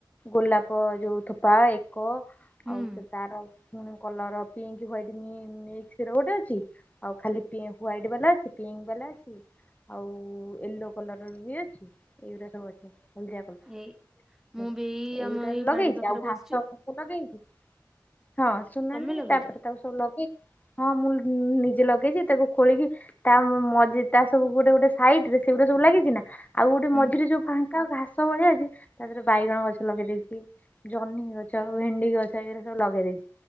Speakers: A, on the left (about 20°); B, in the centre.
A: ଗୋଲାପ ଯୋଉ ଥୋପା ଏ କ
B: ହୁଁ
A: ଆଉ ସେ ତାର ପୁଣି କଲର ପିଙ୍କ୍ ହ୍ୱଵାଇଟ୍ ମି ମିକ୍ସର ଗୋଟେ ଅଛି ଆଉ ଖାଲି ପି ହ୍ୱଵାଇଟ୍ ବାଲା ଅଛି ପିଙ୍କ ବାଲା ଅଛି ଆଉ ୟେଲୋ କଲରର ବି ଅଛି ଏଇଗୁଡା ସବୁ ଅଛି। ହଲଦିଆ କଲ
B: ଏଇ ମୁଁ ବି ଏଇ
A: ଏଇଗୁଡା
B: ଆମ ଏଇ
A: ଲଗେଇଛି
B: ବାଡି ପାଖରେ
A: ଆଉ
B: ବସିଛି
A: ଘାସ ସବୁ ଲଗେଇଚି ହଁ ଶୁଣୁନାହାନ୍ତି
B: ତମେ ଲଗେଇଛ
A: ତାପରେ ତାକୁ ସବୁ ଲଗେଇ ହଁ ମୁଁ ନିଜେ ଲଗେଇଛି ତାକୁ ଖୋଳିକି ତା ମ ମ ମଝିଟା ସବୁ ଗୋଟେ ଗୋଟେ ସାଇଟରେ ସେଇଗୁଡା ସବୁ ଲାଗିଛି ନା ଆଉ ଗୋଟେ
B: ହୁଁ
A: ମଝିରେ ଯୋଉ ଫାଙ୍କା ଘାସ ଭଳିଆ ଅଛି ତା ଦେହରେ ବାଇଗଣ ଗଛ ଲଗେଇ ଦେଇଛି। ଜହ୍ନି ଗଛ, ଭେଣ୍ଡି ଗଛ ଏଇଗୁରା ସବୁ ଲଗେଇ ଦେଇଛି